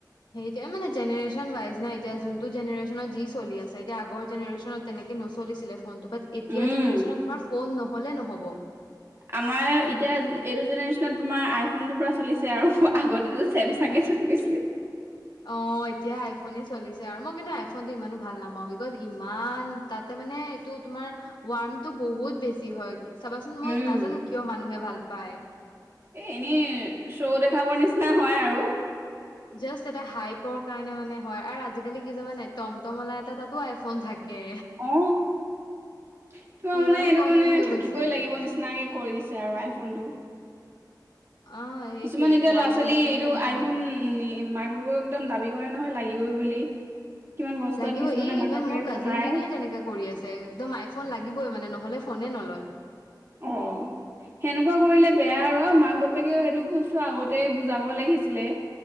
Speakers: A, on the left (about 85°); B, on the right (about 40°).
A: সেইটোৱে, মানে জেনেৰেচনৱাইজ না, এতিয়া যোনটো জেনেৰেচনত যি চলি আছে, এতিয়া আগৰ জেনেৰেচনত তেনেকে নচলিছিলে ফোনটো, বাট এতিয়া
B: উম
A: জেনেৰেশ্যনত তোমাৰ ফোন নহ'লে নহ'ব।
B: আমাৰ, এতিয়া এইটো জেনেৰেশ্যনত তোমাৰ আইফোনটো পুৰা চলিছে আৰু আগতেটো চেমচাঙে চলি গৈছিলে।
A: অ', এতিয়া আইফোনে চলিছে আৰু মই কিন্তু আইফোন টো ইমানো ভাল নাপাওঁ, বিকজ ইমান তাত ত' মানে এইটো তোমাৰ, ৱাৰ্মটো বহুত বেছি হয়। চাবাচোন, মই
B: উম
A: নাজানো কিয় মানুহে ভাল পায়।
B: এই এনেই, শ্ব' দেখাবৰ নিচিনা হয় আৰু।
A: জাষ্ট এটা হাইপৰ কাৰণে মানে হয় আৰু আজিকালি কি চাবা নাই, টমটমৱালা এটা তাতো আইফোন থাকে।
B: অ', তোমাৰ
A: ইমান
B: মানে এইটো
A: কমন
B: মানে,
A: হৈ
B: থাকিবই
A: গৈছে
B: লাগিব নিচিনাকে কৰি দিছে আৰু আইফোনটো।
A: অ সেইটোৱে
B: কিছুমান এতিয়া
A: পোৱালী
B: ল'ৰা ছোৱালী
A: বিলাকে
B: এইটো
A: মানে একদম
B: আইফোন, মাক বাপেকক একদম দাবী কৰে নহয়, লাগিবই বুলি। কিমান কষ্টত
A: লাগিব,
B: কিছুমানে
A: এই
B: মাক
A: ইভেন,
B: বাপেকে
A: মোৰ কাজিন
B: পঢ়ায়
A: জনীয়ে তেনেকা কৰি আছে, একদম আইফোন লাগিবই মানে, নহ'লে ফোনে নলয়। <inaudible>
B: অ। সেনেকুৱা কৰিলে বেয়া আৰু মাক বাপেকেও সেইটো বস্তু আগতেই বুজাব লাগিছিলে।